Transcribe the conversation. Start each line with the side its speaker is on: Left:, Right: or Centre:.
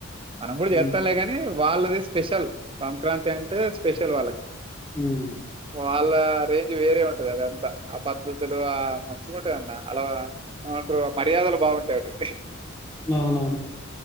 Right: మనం కూడా
Left: హ్మ్.
Right: చేత్తంలే కాని వాళ్ళది స్పెషల్ సంక్రాంతి అంటే స్పెషల్ వాళ్ళకి
Left: హ్మ్.
Right: వాళ్ళ ఆ రేంజ్ వేరే ఉంటది అదంతా ఆ పద్ధతులు మంచిగా ఉంటాదన్న అలా ఏమంటారు మర్యాదలు బాగుంటాయి అటు
Left: అవునవును